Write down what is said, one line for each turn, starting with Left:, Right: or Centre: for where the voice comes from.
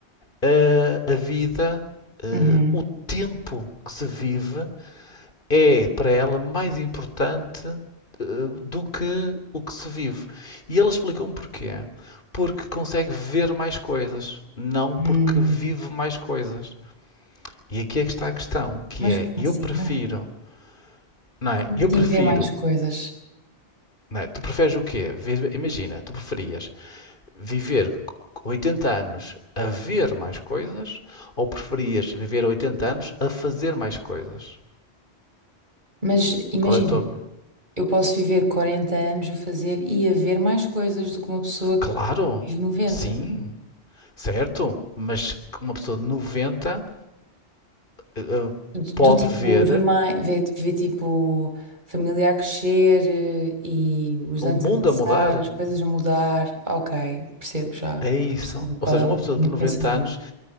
Left: a, a vida, eh,
Right: Uhum.
Left: o tempo que se vive é para ela mais importante eh, do que o que se vive. E ele explicou-me porquê. Porque consegue ver mais coisas, não
Right: Hum,
Left: porque vive mais coisas. E aqui é que está a questão, que
Right: mas
Left: é,
Right: como
Left: eu
Right: assim?
Left: prefiro,
Right: Não é?
Left: não é?
Right: Como
Left: Eu
Right: assim
Left: prefiro,
Right: ver mais coisas?
Left: não é? Tu preferes o quê? Imagina, tu preferias viver 80 anos a ver mais coisas ou preferias viver 80 anos a fazer mais coisas?
Right: Mas imagina,
Left: Qual é a tua.
Right: eu posso viver 40 anos a fazer e a ver mais coisas do que uma pessoa
Left: Claro,
Right: que vive 90.
Left: sim, certo, mas uma pessoa de 90 eh, eh,
Right: Do,
Left: pode
Right: do tipo,
Left: ver
Right: ver mais, ver, ver tipo, família a crescer eh, e os
Left: o
Right: anos
Left: mundo
Right: a passar,
Left: a mudar.
Right: as coisas a mudar. Ok, percebo já.
Left: É isso.
Right: Percebo qual
Left: Ou seja,
Right: é a
Left: uma pessoa
Right: linha
Left: de
Right: de
Left: 90
Right: pensamento.
Left: anos